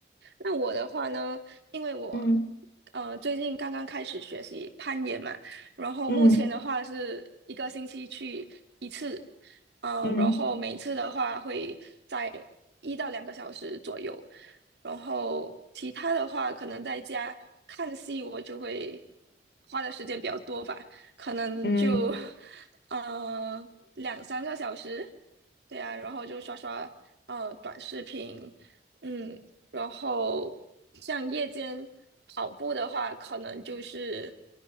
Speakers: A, on the right; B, on the left.
A: 那我的话呢，因为我
B: 嗯
A: 呃最近刚刚开始学习攀岩嘛，然后目前的话是一个星期去一次，
B: 嗯
A: 呃，
B: 嗯
A: 然后每次的话会在一到两个小时左右，然后其他的话可能在家看戏，我就会花的时间比较多吧，可能就
B: 嗯
A: <laughs> 呃两三个小时，对啊，然后就刷刷呃短视频。嗯，然后像夜间跑步的话，可能就是